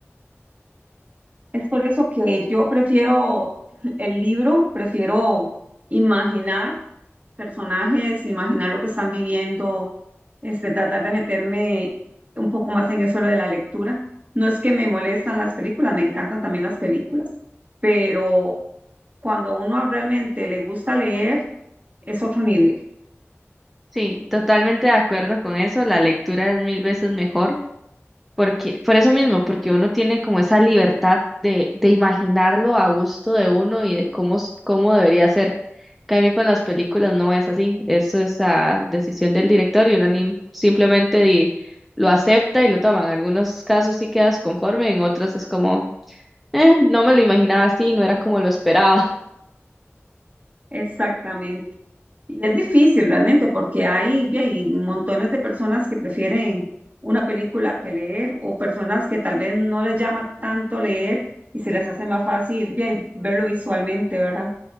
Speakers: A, on the right (about 35°); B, in the centre.
A: Es por eso que yo prefiero el libro, prefiero imaginar personajes, imaginar lo que están viviendo, este, tratar de meterme un poco más en eso lo de la lectura. No es que me molestan las películas, me encantan también las películas, pero cuando a uno realmente le gusta leer, es otro nivel.
B: Sí, totalmente de acuerdo con eso, la lectura es mil veces mejor. Porque, por eso mismo, porque uno tiene como esa libertad de, de imaginarlo a gusto de uno y de cómo, s- cómo debería ser. En cambio, con las películas no es así. Eso es a decisión del director y uno ni- simplemente di- lo acepta y lo toma. En algunos casos sí quedas conforme, en otros es como, "Eh, no me lo imaginaba así, no era como lo esperaba. <laughs>
A: Exactamente. Y es difícil realmente porque hay, ve, hay montones de personas que prefieren una película que leer o personas que tal vez no les llama tanto leer y se les hace más fácil ve, ahí, verlo visualmente, ¿verdad?